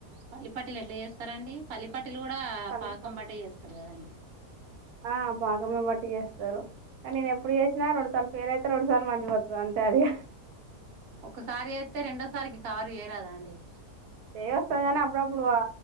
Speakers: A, on the right; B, on the right.
A: పల్లి పట్టిలు ఎట్లా చేస్తారండి పల్లి పట్టిలు కూడా
B: పల్లి
A: పాకం
B: పట్టి
A: బట్టే చేస్తారు కదండి
B: ఆ పాకమే బట్టి చేస్తారు కానీ నేను ఎప్పుడు చేసినా రెండుసార్లు ఫెయిల్ అయితే రెండు సార్లు మంచిగొతది అంతే అది ఇగ
A: ఒకసారి చెత్తే రెండోసారికి కవర్ చేయరాదా అండి!
B: ఏ వస్తది. కానీ అప్పుడప్పుడు ఆ